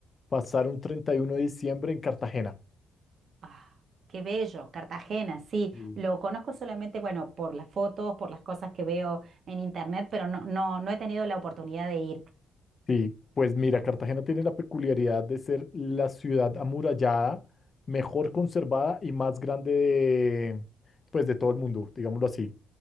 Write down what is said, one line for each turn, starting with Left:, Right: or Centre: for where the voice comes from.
Left: pasar un 31 de diciembre en Cartagena.
Right: Ah, qué bello, Cartagena, sí,
Left: Sí.
Right: lo conozco solamente, bueno, por las fotos, por las cosas que veo en internet, pero no, no, no he tenido la oportunidad de ir.
Left: Sí, pues mira, Cartagena tiene la peculiaridad de ser la ciudad amurallada, mejor conservada y más grande de, pues, de todo el mundo, digámoslo así.